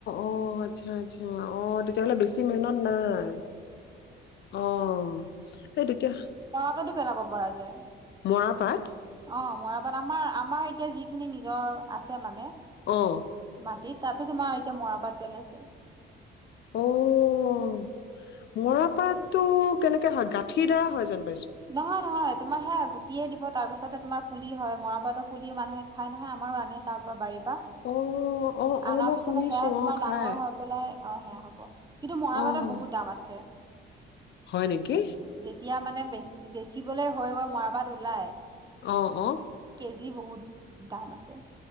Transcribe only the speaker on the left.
অ আচ্ছা আচ্ছা অ তেতিয়াহ'লে বেছি মেহনত নাই অ সেইটো কিয়
মৰাপাট
অ'।
অ', মৰাপাতটো কেনেকৈ হয় গাঁঠিৰ দ্বাৰা হয় জানো?
অ', অ', অ',
মই
শুনিছোঁ
অ',
খাই
অ',
হয় নেকি?
অ', অ'।